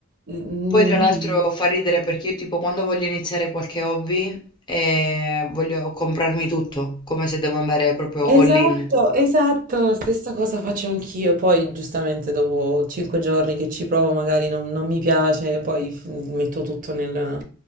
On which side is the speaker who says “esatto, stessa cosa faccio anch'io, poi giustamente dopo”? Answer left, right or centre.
Right